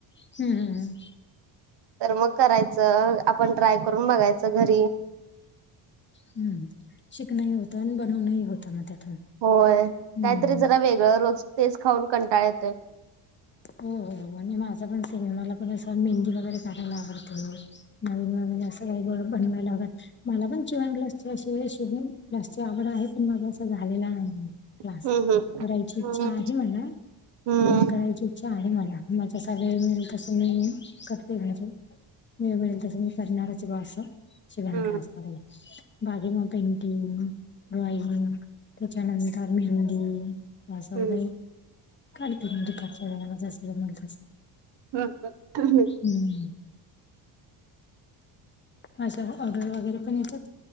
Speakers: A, on the left (about 25°); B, on the right (about 60°).
A: हम्मम्!
B: तर मग करायचं आपण ट्राय करून बघायचं घरी.
A: हम् शिकण होतं आणि बनवण होतं मग त्यातून.
B: होय
A: हम्म.
B: काहीतरी जरा वेगळं रोज तेच खाऊन कंटाळ येतय.
A: हो हो आणि माझा पण सिनेमाला पण अस मेंद वगैरे काढायला आवडत नवीन नवीन असं काही बनवायला आव मला पण शिवण क्लास चि अशी वेळ शिअ शिवण क्लासची आवड आहे. पण माझ असं झालेला नाही. क्लास
B: हम्म
A: करायची
B: हम्म
A: इच्छा आहे मला,
B: हम्म
A: अ करायची इच्छा आहे मला. मला जसा वेळ मिळेल तसं मी करते घरातून. वेळ मिळेल तसा मी करणार च हे आस शिवण
B: हम्म
A: क्लास ब बागे मग पेंटिंग ड्रॉइंग. त्याच्यानंतर मेहंदी. असं
B: हम्म
A: वगैर करते मंजे मला जस जमेल तस.
B: करतात. <unintelligible>
A: हम्म! अशा ऑर्डर वगैरे पण येतात,